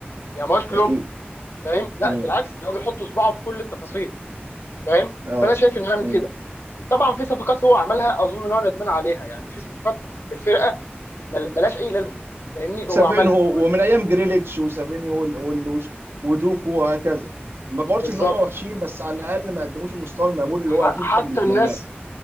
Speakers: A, on the left (about 80°); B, on the right (about 70°).
A: يعني ما هوش كلوب
B: اكيد
A: فاهم لا
B: امم
A: ده العكس ده هو بيحط صباعه في كل التفاصيل فاهم
B: اه
A: فانا شايف ان هو يعمل
B: امم
A: كده طبعا في صفقات هو عملها اظن ان هو ندمان عليها يعني في صفقات في الفرقه مل- ملهاش اي لازمه فاهمني
B: سافينهو
A: هو عملها هو
B: ومن ايام جريليتش وسافينيو وال- وال- وش- ودوكو وهكذا ما بقولش
A: بالظبط
B: ان هم وحشين بس على الاقل ما قدموش المستوى المأمول اللي
A: ح-
B: هو اكيد
A: حتى
B: كان بيتمناه
A: الناس